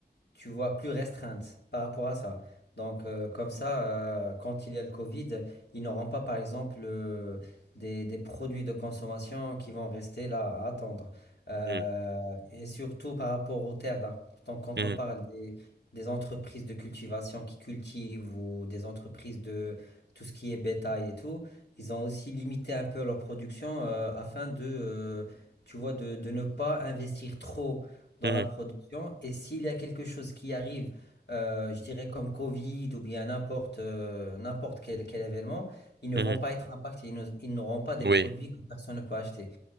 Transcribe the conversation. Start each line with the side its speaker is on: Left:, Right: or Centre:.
Left: tu vois, plus restreinte par rapport à ça. Donc, euh, comme ça, euh, quand il y a le Covid, ils n'auront pas, par exemple, euh, des, des produits de consommation qui vont rester là à attendre. Euh,
Right: mhm,
Left: et surtout par rapport aux terres, là. Donc, quand
Right: mhm,
Left: on parle des, des entreprises de cultivation qui cultivent ou des entreprises de tout ce qui est bétail et tout, ils ont aussi limité un peu leur production euh, afin de, euh, tu vois, de, de ne pas investir trop dans
Right: mhm,
Left: la production. Et s'il y a quelque chose qui arrive, euh, je dirais comme Covid ou bien n'importe euh, n'importe quel, quel événement, ils ne
Right: mhm,
Left: vont
Right: mhm.
Left: pas être impactés, ils ne- ils n'auront pas des
Right: Oui,
Left: produits que personne ne peut acheter.